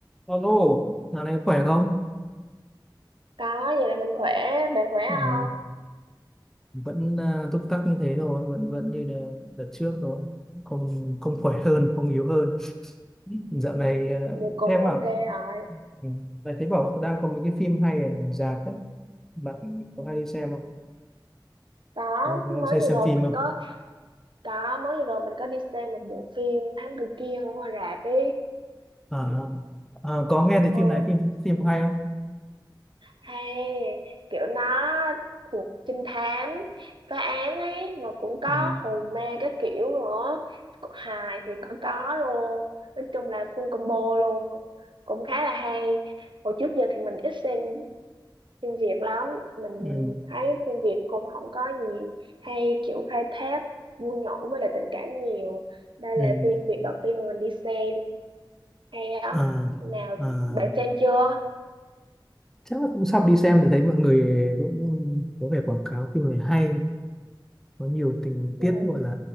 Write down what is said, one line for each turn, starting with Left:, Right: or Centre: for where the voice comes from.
Centre: Alo, dạo này khỏe không?
Right: Có, vậy là mình khỏe, bạn khỏe
Centre: Ừ,
Right: không?
Centre: vẫn à, túc tắc như thế rồi, vẫn vẫn như đợt, đợt trước rồi, không không khỏe hơn, không yếu hơn. Dạo này à,
Right: Vậy cũng
Centre: em bảo
Right: ok rồi.
Centre: ừ, lại thấy bảo đang có mấy cái phim hay ở rạp ấy, bạn có hay đi xem không?
Right: Có,
Centre: Có, có
Right: mới
Centre: hay
Right: vừa
Centre: xem
Right: rồi
Centre: phim
Right: mình
Centre: không?
Right: có, có, mới vừa rồi mình có đi xem một bộ phim Thám Tử Kiên ở ngoài rạp ý.
Centre: À, à, có nghe thấy
Right: Ừ,
Centre: phim này phim phim hay không?
Right: hay, kiểu nó thuộc trinh thám, phá án ấy, mà cũng có
Centre: Ừ,
Right: hồn ma các kiểu nữa. Hài thì có có luôn, nói chung là full combo luôn. Cũng khá là hay. Hồi trước giờ thì mình ít xem phim Việt lắm mình
Centre: ừ,
Right: thấy phim Việt cũng không có gì hay kiểu khai thác vui nhộn với lại tình cảm nhiều đây là
Centre: ừ.
Right: phim Việt đầu tiên mình đi xem hay á
Centre: À,
Right: nào
Centre: à,
Right: bạn xem chưa
Centre: chắc là cũng sắp đi xem để thấy mọi người cũng có vẻ quảng cáo phim này hay có nhiều tình
Right: ừ,
Centre: tiết gọi là